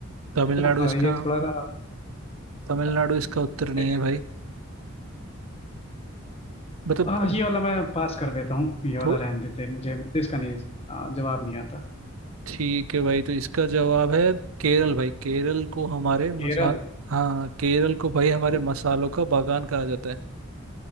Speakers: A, on the right (about 85°); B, on the left (about 30°).
A: तमिलनाडु
B: हाँ,
A: इसका
B: ये थोड़ा सा
A: तमिलनाडु
B: अ, क्या
A: इसका उत्तर नहीं
B: कहते-
A: है भाई मतलब
B: अ, ये वाला मैं पास कर देता हूँ ये वाला
A: तो
B: रहने देते हैं मुझे मुझे इसका नहीं अ, जवाब नहीं आता
A: ठीक है भाई तो इसका जवाब है केरल भाई केरल को हमारे मसाल
B: केरल
A: हाँ केरल को भाई हमारे
B: हम्म,
A: मसालों का बागान कहा जाता है